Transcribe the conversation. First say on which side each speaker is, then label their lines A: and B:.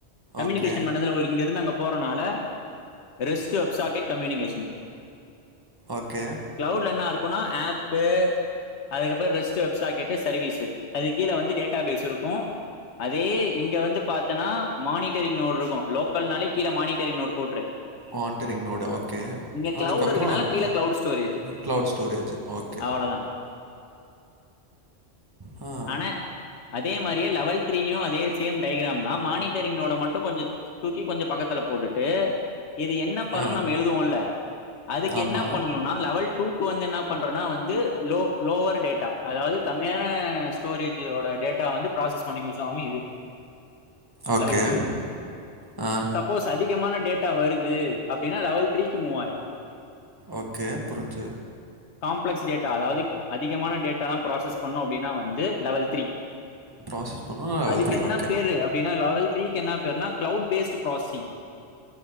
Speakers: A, on the left (about 85°); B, on the right (about 20°).
A: கம்யூனிகேஷன்
B: ஓகே
A: பண்ணதுல ஒரு இங்க இருந்து அங்க போறனால ரெஸ்ட் வெப்சாக்கெட் கம்யூனிகேஷன்
B: ஓகே
A: கிளவுட்ல என்ன இருக்கும்னா ஆப்பு அதுக்கப்புறம் ரெஸ்ட் வெப் சாக்கெட் சர்வீஸ் அது கீழே வந்து டேட் டா பேஃசிருக்கும் அதே இங்க வந்து பார்த்தனா மானிட்டரி் நோட் இருக்கும் லோக்கல்னாலே கீழ மானிட்டரி் நோட போட்டுரு
B: மானிட்டரிங் நோடு ஓகே
A: இங்க
B: அதுக்கப்புறம்
A: கிளவுட் இருக்குனால கீழ cloud storage
B: cloud storage okay
A: அவ்ளதான்
B: ஆ
A: ஆனா அதே மாதிரியே லெவெல் சேம் டைக்கிராம் தான் மானிட்டரினோட மட்டு கொஞ்ச தூக்கி கொஞ்ச பக்கத்துல போட்டுட்டு இது என்ன பண்ண
B: ஆ
A: நம் எழுதுவோம்ல அதுக்கு
B: ஆமாம்
A: என்ன பண்ணும்னா லெவல் டூ இப்ப வந்து என்ன பண்றனா வந்து லோவர் டேட்டா அதாவது கம்மியான ஸ்டோரேஜ் வோட டேட்டா வந்து ப்ராசஸ் பண்ணி குசாவு இது
B: ஓகே
A: லெவல் டூ
B: ஆ
A: சப்போஸ் அதி முக்கியமான டேட்டா வருது அப்டின்னா லெவல் த்ரீக்கு மூவாயிரு
B: ஓகே புரிஞ்சு
A: காம்ப்லக்ஸ் டே டா அதாவது அதிகமான டேட்டால்லா ப்ராசஸ் பண்ணு அப்டின்னா வந்து லெவல் த்ரீ
B: ப்ராசஸ் பண்ணுவோம் லெவல்
A: அதுக்கு
B: த்ரீ
A: என்ன
B: ஓகே
A: பேரு அப்டினா லவல் த்ரீக்கு என்னாப் பேர்னா க்ளவுட் பேஸ்டு ப்ராஸ்சிங்